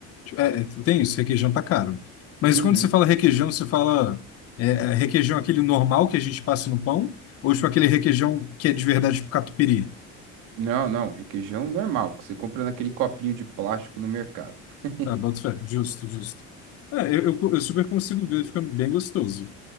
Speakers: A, on the left; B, on the right.
A: É, é, tem isso, requeijão tá caro. Mas
B: Uhum.
A: quando você fala requeijão, você fala é, é, requeijão aquele normal que a gente passa no pão? Ou tipo aquele requeijão que é de verdade pro catupiry?
B: Não, não, requeijão normal, que você compra naquele copinho de plástico no mercado. <laughs>
A: Ah, boto fé. Justo, justo. É, eu, eu, eu super consigo ver ficando bem gostoso.